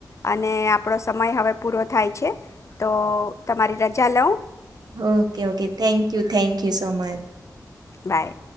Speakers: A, on the left; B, on the right.
A: અને આપણો સમય હવે પૂરો થાય છે, તો તમારી ર ચાલો
B: okay okay thank you thank you so much.
A: By.